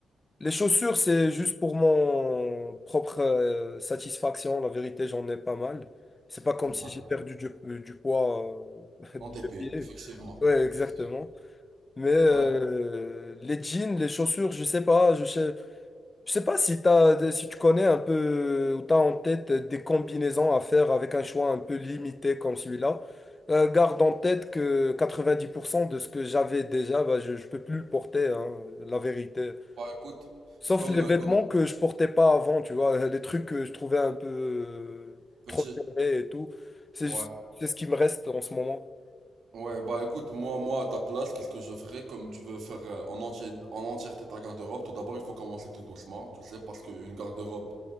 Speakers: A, on the left; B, on the right.
A: Les chaussures, c'est juste pour mon propre euh, satisfaction. La vérité, j'en ai pas mal. C'est pas comme
B: D'accord.
A: si j'ai perdu du, euh, du poids euh,
B: En
A: <laughs> du
B: TP,
A: pied.
B: effectivement.
A: Ouais,
B: effectivement.
A: exactement. Mais euh,
B: Ouais,
A: les jeans, les chaussures, je sais pas. Je sais, je sais pas si t'as, des- si tu connais un peu ou t'as en tête des combinaisons à faire avec un choix un peu limité comme celui-là. Euh, garde en tête que 90% de ce que j'avais déjà, bah, je, je peux plus le porter, hein, la vérité.
B: bah écoute,
A: Sauf
B: comme,
A: les vêtements
B: comme
A: que je portais pas avant, tu vois, les trucs que je trouvais un peu euh,
B: petit,
A: trop serrés et tout. C'est
B: ouais.
A: c'est ce qui me reste en ce moment.
B: Ouais, bah écoute, moi, moi, à ta place, qu'est-ce que je ferais comme tu veux faire euh, en entier- en entièreté ta garde-robe? Tout d'abord, il faut commencer tout doucement, tu sais, parce qu'une garde-robe,